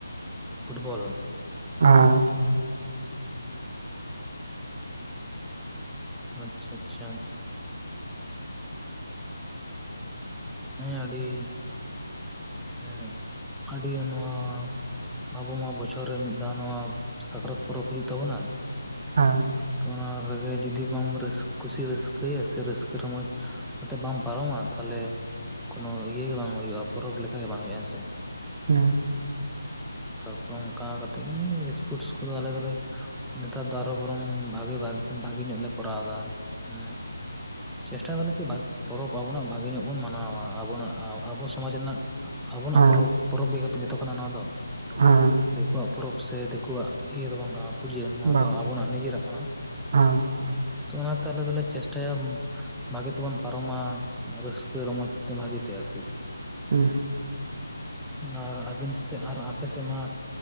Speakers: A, in the centre; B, on the right.
A: ᱯᱷᱩᱴᱵᱚᱞ?
B: ᱦᱟᱸ ᱾
A: ᱟᱪᱪᱷᱟ ᱟᱪᱪᱷᱟ᱾ ᱦᱮᱸ ᱟᱹᱰᱤ, ᱮᱸᱜ ᱟᱹᱰᱤ ᱱᱚᱣᱟ ᱟᱵᱚ ᱢᱟ ᱵᱚᱪᱷᱚᱨ ᱨᱮ ᱢᱤᱫ ᱫᱷᱟᱣ ᱱᱚᱣᱟ ᱥᱟᱠᱨᱟᱛ ᱯᱚᱨᱚᱵᱽ ᱦᱩᱭᱩᱜ ᱛᱟᱵᱚᱱᱟ ᱾
B: ᱦᱮᱸ!
A: ᱛᱚ ᱚᱱᱟ ᱨᱮᱜᱮ ᱡᱩᱫᱤ ᱵᱟᱢ ᱨᱟᱹᱥ ᱠᱩᱥᱤ ᱨᱟᱹᱥᱠᱟᱹᱭᱟ ᱥᱮ ᱨᱟᱹᱥᱠᱟᱹ ᱨᱚᱢᱚᱡᱽ ᱟᱛᱮ ᱵᱟᱢ ᱯᱟᱨᱚᱢᱟ ᱛᱟᱦᱚᱞᱮ ᱠᱳᱱᱳ ᱤᱭᱟᱹᱜᱮ ᱵᱟᱝ ᱦᱩᱭᱩᱜᱼᱟ, ᱯᱚᱨᱚᱵᱽ ᱞᱮᱠᱟ ᱜᱮ ᱵᱟᱝ ᱦᱩᱭᱩᱜᱼᱟ ᱦᱮᱸ ᱥᱮ ᱾
B: ᱦᱮᱸ
A: ᱛᱟᱨᱯᱚᱨᱮ ᱚᱝᱠᱟ ᱠᱟᱛᱮᱜ ᱜᱮ ᱥᱯᱳᱨᱴᱥ ᱠᱚᱫᱚ ᱟᱞᱮ ᱫᱚᱞᱮ ᱱᱮᱛᱟᱨ ᱫᱚ ᱟᱨᱚ ᱵᱚᱨᱚᱝ ᱵᱷᱟᱜᱮ-ᱵᱷᱟᱜ-ᱵᱷᱟᱜᱮ ᱧᱚᱜ ᱞᱮ ᱠᱚᱨᱟᱣ ᱮᱫᱟ ᱾ ᱢᱟᱱᱮ ᱪᱮᱥᱴᱟᱭ ᱫᱟᱞᱮ ᱠᱤ ᱵᱷᱟᱜᱮ ᱯᱚᱨᱚᱵᱽ ᱟᱵᱚᱱᱟᱜ ᱵᱷᱟᱜᱮ ᱧᱚᱜ ᱵᱚᱱ ᱢᱟᱱᱟᱣᱟ ᱾ ᱟᱵᱚᱱᱟᱜ ᱟ-ᱟᱵᱚ ᱥᱚᱢᱟᱡᱽ ᱨᱮᱱᱟᱜ ᱟᱵᱚᱱᱟᱜ
B: ᱦᱮᱸ
A: ᱯᱚᱨᱚᱵᱽ ᱯᱚᱨᱚᱵᱽ ᱜᱮ ᱜᱮᱛᱚ ᱠᱟᱱᱟ ᱱᱚᱣᱟ ᱫᱚ ᱾
B: ᱦᱮᱸ ᱾
A: ᱫᱮᱠᱳᱣᱟᱜ ᱯᱚᱨᱚᱵᱽ ᱥᱮ ᱫᱮᱠᱳᱣᱟᱜ ᱤᱭᱟᱹ ᱫᱚ ᱵᱟᱝ ᱠᱟᱱᱟ ᱯᱩᱡᱟᱹ ᱱᱚᱣᱟ
B: ᱵᱟᱝ
A: ᱫᱚ ᱟᱵᱚᱱᱟᱜ ᱱᱤᱡᱮᱨᱟᱜ ᱠᱟᱱᱟ ᱾
B: ᱦᱮᱸ
A: ᱛᱚ ᱚᱱᱟᱛᱮ ᱟᱞᱮ ᱫᱚᱞᱮ ᱪᱮᱥᱴᱟᱭᱟ ᱵᱷᱟᱜᱮ ᱛᱮᱵᱚᱱ ᱯᱟᱨᱚᱢᱟ ᱨᱟᱹᱥᱠᱟᱹ ᱨᱚᱢᱚᱡᱽ ᱛᱮ ᱵᱷᱟᱜᱤ ᱛᱮ ᱟᱨᱠᱤ ᱾
B: ᱦᱩᱸ
A: ᱟᱨ ᱟᱹᱵᱤᱱ ᱥᱮᱜ ᱟᱨ ᱟᱯᱮ ᱥᱮᱜ ᱢᱟ